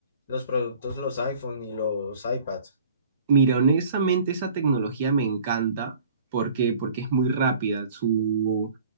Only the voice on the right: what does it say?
Mira, honestamente esa tecnología me encanta porque, porque es muy rápida. Su,